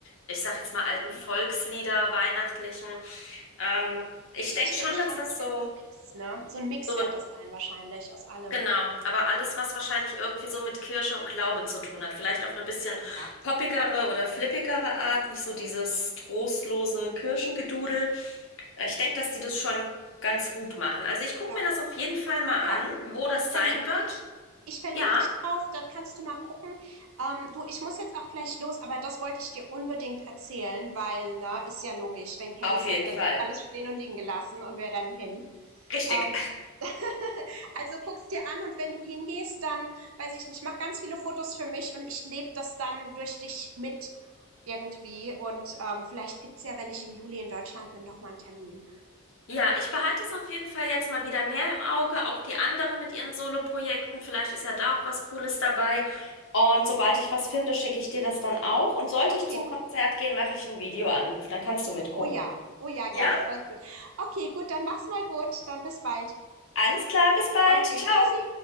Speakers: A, on the left (about 65°); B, on the right (about 75°).
A: ich sag jetzt mal alten
B: Mhm.
A: Volkslieder, weihnachtlichen. Ähm, ich denke
B: Ich
A: schon,
B: denke
A: dass
B: schon,
A: das
B: das
A: so,
B: wird ein Mix, ne? So ein Mix
A: so
B: wird
A: ein,
B: das sein wahrscheinlich aus allem.
A: genau, aber alles, was wahrscheinlich irgendwie so mit Kirche und Glaube zu tun hat. Vielleicht auf eine bisschen
B: Ja.
A: poppigere oder flippigere Art, nicht so dieses trostlose Kirchengedudel. Äh, Ich denke, dass die das schon ganz gut machen. Also ich gucke
B: Ja.
A: mir das auf jeden Fall mal an,
B: Ja,
A: wo das
B: ich verlinke
A: sein wird.
B: dich. Ich verlinke
A: Ja,
B: dich drauf, dann kannst du mal gucken. Ähm, du, ich muss jetzt auch gleich los, aber das wollte ich dir unbedingt erzählen, weil, ne, ist ja logisch, wenn Kellys
A: auf jeden
B: sind, dann
A: Fall.
B: wird alles stehen und liegen gelassen und wir rennen hin.
A: Richtig.
B: Ähm, <laughs> also guck's dir an und wenn du hingehst, dann, weiß ich nicht, mach ganz viele Fotos für mich und ich lebe das dann durch dich mit irgendwie und ähm, vielleicht gibt's ja, wenn ich im Juli in Deutschland bin, noch mal einen Termin.
A: Ja, ich behalte es auf jeden Fall jetzt mal wieder mehr im Auge,
B: Ja,
A: auch die anderen mit ihren Solo-Projekten. Vielleicht ist ja da auch was Cooles dabei. Und sobald ich was finde, schicke ich dir das dann auch. Und sollte
B: okay.
A: ich zum Konzert gehen, mache ich einen Videoanruf. Dann kannst du mitgucken.
B: Oh ja, oh ja, gerne,
A: Ja?
B: voll cool. Okay, gut, dann mach's mal gut, dann bis bald.
A: Alles klar, bis bald.
B: Okay,
A: Ciao.
B: tschüssi.